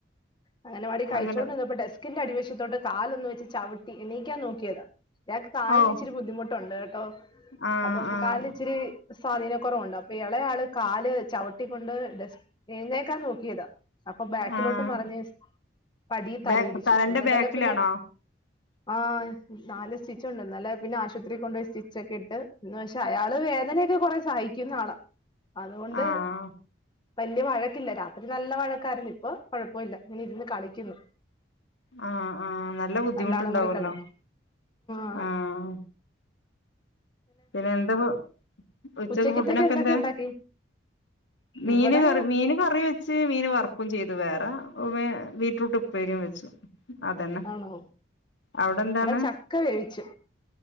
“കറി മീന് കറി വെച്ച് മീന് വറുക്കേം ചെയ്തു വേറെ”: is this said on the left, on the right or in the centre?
Left